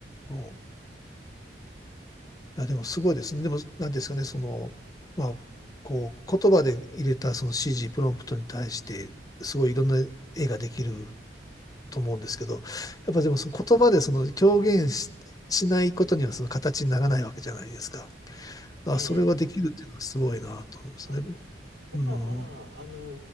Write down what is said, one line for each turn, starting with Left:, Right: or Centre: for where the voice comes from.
Left: うんいや、でもすごいですね。でも、なんですかね、その、まあ、こう、言葉で入れたその指示、プロンプトに対して、すごいいろんな絵ができると思うんですけど、や
Right: ええ、
Left: っぱでもその言葉でその表現し、しないことにはその形にならないわけじゃないですか。あ、
Right: ええ
Left: それができるっていうのはすごいなと思うんですね。
Right: あ、ただまあ、
Left: うん、
Right: あの